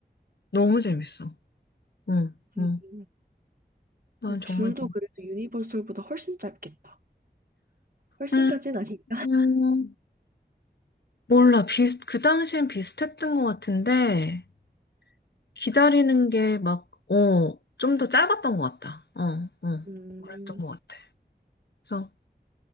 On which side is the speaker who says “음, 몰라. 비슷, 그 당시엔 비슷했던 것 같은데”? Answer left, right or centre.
Left